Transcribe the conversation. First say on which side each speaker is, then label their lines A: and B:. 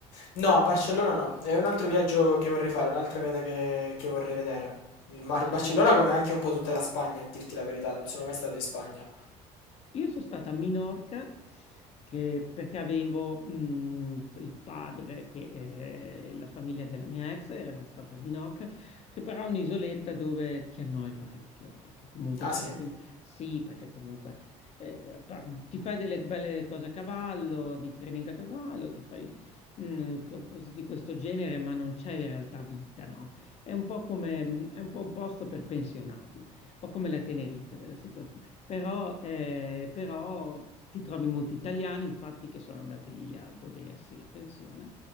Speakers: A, on the left; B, on the left.
A: No, a Barcellona no, è un altro viaggio che vorrei fare, un'altra meta che, che vorrei vedere. Il Mar-
B: a Girona?
A: Barcellona, come anche un po' tutta la Spagna, a dirti la verità, non sono mai stato in Spagna.
B: Io sono stata a Minorca che- perché avevo mh, il padre e eh, la famiglia della mia ex era stata a Minorca, che però è un'isoletta dove ti annoi parecchio, perché comunque
A: Ah
B: c'è
A: sì?
B: la fin- Sì, perché comunque eh, pa- ti fai delle belle cose a cavallo, di training a cavallo, ti fai mh, co- cose di questo genere, ma non c'è in realtà vita, no? È un po' come, mm, è un po' un posto per pensionati, un po' come la Tenerife della situazione. Però, eh, però ti trovi molti italiani, infatti, che sono andati lì a godersi la pensione.